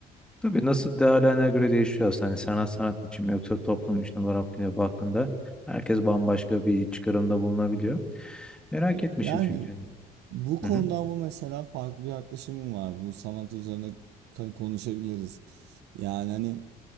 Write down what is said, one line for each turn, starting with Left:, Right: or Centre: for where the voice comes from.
Centre: Tabii nasıl değerlerine göre değişiyor aslında. Hani sanat sanat için mi yoksa toplum için olarak yine baktığında herkes bambaşka bir çıkarımda bulunabiliyor. Merak
Right: Ya-
Centre: etmişim
Right: Yani
Centre: çünkü. Hani.
Right: bu konuda
Centre: Hı hı.
Right: ama mesela farklı bir yaklaşımım var. Bu sanat üzerine ka- konuşabiliriz. Yani hani